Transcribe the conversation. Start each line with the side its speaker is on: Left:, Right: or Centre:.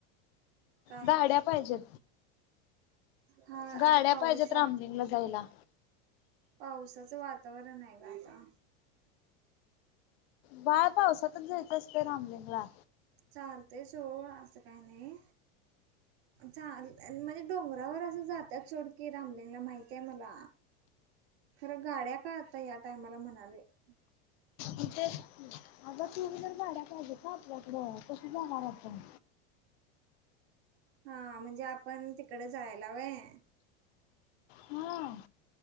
Right: काय
Left: गाड्या पाहिजेत.
Right: हा
Left: गाड्या
Right: आता पावसा
Left: पाहिज्यात रामलिंगला जायला.
Right: पावसाचं वातावरण आहे ना आता.
Left: बाळ पावसातच जायचं असतं रामलिंगला.
Right: चालतय सोड असं काय नाही. चां म्हणजे डोंगरावर असं जात्यात सोड की, रामलिंगला माहतीय मला. खरं गाड्या का आता या टायमाला म्हणाले बाई.
Left: तिथं आता टू व्हीलर गाड्या पाहिजे ना आपल्याकडं, कस जाणार आपण.
Right: हा म्हणजे आपण तिकडे जायला व्हय.
Left: हम्म.